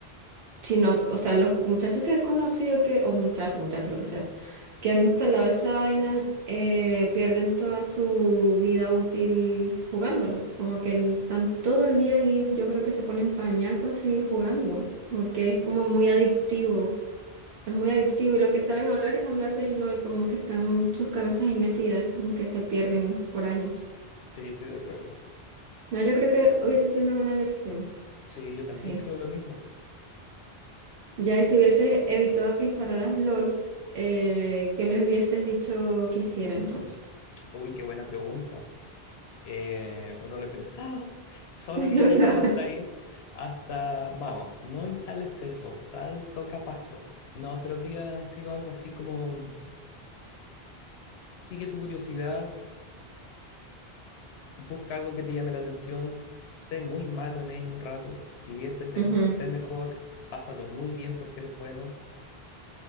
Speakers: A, on the right; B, on the left.
A: sino, o sea, los muchachos que he conocido que, o muchachos, muchachos, lo que sea, que han instalado esa vaina, eh, pierden toda su vida útil jugándola. Como que en- están todo el día ahí, yo creo que se ponen pañal para seguir jugando, porque es como muy adictivo. Es muy adictivo y lo que saben hablar es hablar de lo como que están sus cabezas ahí metidas, como que se pierden por años.
B: Sí, estoy de acuerdo.
A: No, yo creo que hubiese sido una buena lección.
B: Sí, yo también
A: Sí.
B: creo lo mismo.
A: Ya, y si hubieses evitado que instalaras LOL, eh, ¿qué les hubieses dicho que hiciera entonces?
B: Uy, qué buena pregunta. eh, o no lo he pensado, <laughs> solo
A: <laughs>
B: había llegado hasta ahí, hasta, vamos, no instales eso, salto capasto. No, pero habría sido algo así como, mm, sigue tu curiosidad, busca algo que te llame la atención, sé muy malo en ello un rato, diviértete,
A: Ujú.
B: sé mejor, pásalo muy bien porque eres bueno,